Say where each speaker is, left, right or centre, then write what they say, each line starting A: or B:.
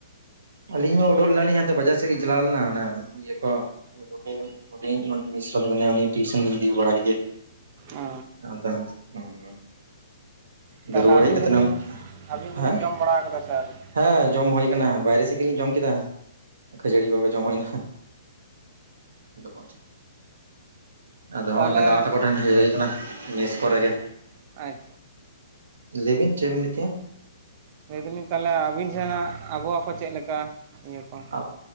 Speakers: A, on the right; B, on the right.
A: ᱟᱹᱞᱤᱧ ᱦᱚᱸ ᱩᱰᱩᱠ ᱞᱮᱱᱟᱞᱤᱧ ᱦᱟᱱᱛᱮ ᱵᱟᱡᱟᱨ ᱥᱮᱫ ᱜᱤᱧ ᱪᱟᱞᱟᱣ ᱞᱮᱱᱟ ᱚᱱᱮ ᱤᱭᱟᱹ ᱠᱚ ᱦᱩᱰᱤᱧ ᱦᱩᱰᱤᱧ ᱢᱤᱥᱨᱚᱢ ᱢᱤᱱᱟᱭᱟ ᱩᱱᱤ ᱴᱤᱭᱩᱥᱚᱱ ᱞᱤᱧ ᱤᱫᱤ ᱵᱟᱲᱟ ᱠᱮᱫᱮᱭᱟ᱾
B: ᱚ
A: ᱟᱫᱚ <inaudible>
B: ᱛᱟᱦᱚᱞᱮ
A: ᱨᱩᱣᱟᱹᱲ
B: ᱟᱹᱵᱤᱱ
A: ᱦᱮᱡ ᱠᱟᱛᱮ
B: ᱫᱚᱵᱤᱱ
A: ᱱᱚᱝ
B: ᱟᱹᱵᱤᱱ ᱫᱚᱵᱤᱱ
A: ᱦᱟ
B: ᱡᱚᱢ ᱵᱟᱲᱟ ᱟᱠᱟᱫᱟ ᱥᱮ ᱟᱹᱣᱨᱤ
A: ᱦᱮᱸ ᱡᱚᱢ ᱦᱩᱭ ᱠᱟᱱᱟ ᱵᱟᱭᱨᱮ ᱥᱮᱫ ᱜᱮᱞᱤᱧ ᱡᱚᱢ ᱠᱮᱫᱟ ᱠᱷᱟᱹᱡᱟᱹᱲᱤ ᱵᱟᱵᱮ ᱡᱚᱢ ᱦᱩᱭᱱᱟ᱾ <inaudible> ᱟᱫᱚ
B: ᱛᱟᱦᱚᱞᱮ
A: ᱚᱸᱰᱮ ᱫᱟᱫᱟ ᱛᱟᱠᱚᱴᱷᱮᱱ ᱠᱟᱱᱟ ᱢᱮᱥ ᱠᱚᱨᱮ ᱜᱮ
B: ᱟᱪᱪᱷᱟ
A: ᱞᱟᱹᱭᱵᱤᱱ ᱪᱮᱫᱵᱤᱱ ᱞᱟᱹᱭ ᱠᱮᱜ-ᱟ
B: ᱞᱟᱹᱭ ᱫᱟᱞᱤᱧ ᱛᱟᱦᱚᱞᱮ ᱟᱹᱵᱤᱱ ᱥᱮᱱᱟᱜ ᱟᱵᱚᱣᱟ ᱠᱚ ᱪᱮᱫ ᱞᱮᱠᱟ ᱤᱭᱟᱹ ᱠᱚ
A: ᱟ